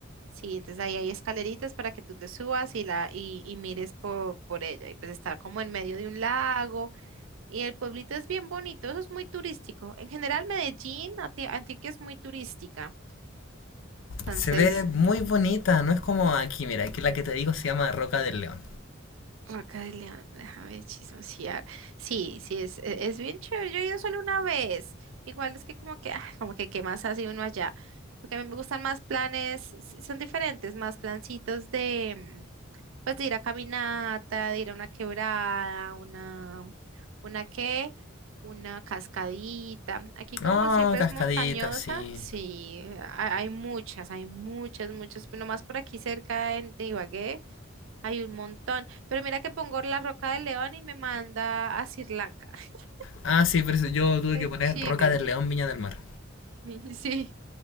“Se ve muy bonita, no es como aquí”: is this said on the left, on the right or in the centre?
Left